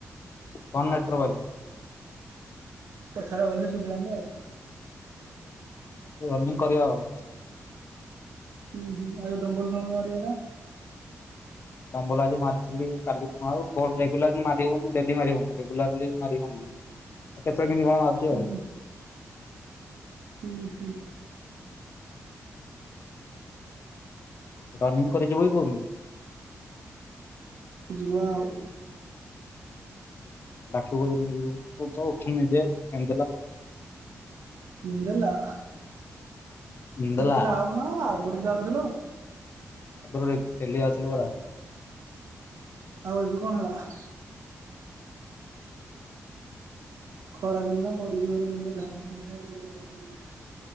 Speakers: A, on the left; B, on the right.
A: ଫନ ନେଟ ବାର ବାଲି।
B: କଥାଟା ଭଲେକି ସୁଵିଲାନି ତ ଆଉ।
A: ରନିଂ କରିବା ଆଉ।
B: ହୁ ହୁ ଆଉ ଡମ୍ବଲ <unintelligible> ମରିବାଟା।
A: ଦମ୍ବଲ ଆଜି ମାରିଥିଲି କାଲି କ ଆଉ ରେଗୁଲାରଲି ମାରି ହଉନି ଡେଲି ମାରି ହଉନି ରେଗୁଲାରଲି ମାରିଉନି। ଆଉ କେତେବେଳେ କେମତି ମାରୁଚି
B: ହୁଁ
A: ଆଉ ହଁ।
B: ହୁଁ ହୁଁ
A: ରନିଂ କରିଯିବୁ ବି କହୁନି?
B: ଯିବା ଆଉ।
A: ଡାକିବି କୋଉଦିନ ଯିବୁ ତୁତ ଉଠୂନୁ ନିଜେ ଏଣି ଦେଲା।
B: ନ୍ଦଲା ତୁ
A: ଏନ୍ଦେଲା
B: ତ ଯାଅନୁ ଆ ଆଗୁରୁ ଯାଉଥିଲୁ।
A: ଆଗରୁ ଡେଲି ଯାଉଥିଲୁ ପରା।
B: ଆଉ ଏବେ କଣ ହେଲା? ଖରା ଦିନ ନା ମୋଡ଼ି ଜୋ। <unintelligible>